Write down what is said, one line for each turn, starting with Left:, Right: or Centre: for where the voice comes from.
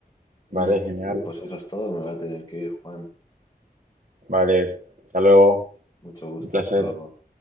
Left: Y
Right: Vale, genial.
Left: pues eso es todo, me voy a tener que ir, Juan.
Right: Vale, hasta luego.
Left: Mucho gusto,
Right: Un placer.
Left: esto.